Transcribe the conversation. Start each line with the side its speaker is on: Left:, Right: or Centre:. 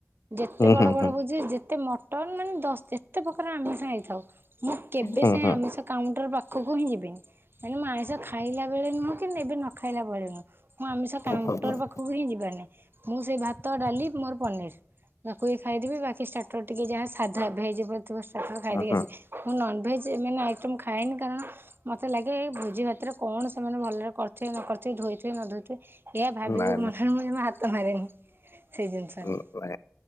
Right: ଯେତେ ବଡ
Left: ହୁଁ ହୁଁ
Right: ବଡ ଭୋଜି ଯେତେ ମ ମାନେ ଦସ୍ ଯେତେ ପ୍ରକାର ଆମିଷ ହେଇଥାଉ ମୁଁ କେବେ
Left: ହୁଁ
Right: ସେ
Left: ହୁଁ
Right: ଆମିଷ କାଉଣ୍ଟର ପାଖ ପାଖକୁ ହିଁ ଯିବିନି ମାନେ ମୁ ଆଇଁସ ଖାଇଲା ବେଳେ ନୁହଁ କି ଏବେ ନ ଖାଇଲା ବେଳେ ନୁହଁ। ମୁଁ ଆମିଷ କାଉଣ୍ଟର
Left: ହୁଁ
Right: ପାଖକୁ ହିଁ ଯିବାର ନାଇଁ ମୁଁ ସେଇ ଭାତ ଭାତ ଡାଲି ମୋର ପନିର ତାକୁ ଖାଇଦବି ବାକି ଟ ଟିକେ ଯାହା ସାଧା ଭେଜ୍ ଥିବ ଷ୍ଟାର୍ଟର ଖାଇଦେଇକି
Left: ହୁଁ
Right: ଆସେ ମୁଁ ଭେଜ୍ ଏମାନେ ଆଇଟମ୍ ଖାଏନି କାରଣ ମତେ ଲାଗେ ଏ ଭୋଜି ଭାତରେ କଣ ସେମାନେ ଭଲରେ କରିଥିବେ ନ କରି ଧୋଇଥିବେ ନଧୋଇଥିବେ ଏହା ଭାବିକି
Left: ନାଇଁ
Right: ମନରେ ମୁ ଜମା ହାତ ମାରେନି। ସେଇ ଜିନିଷରେ
Left: ନ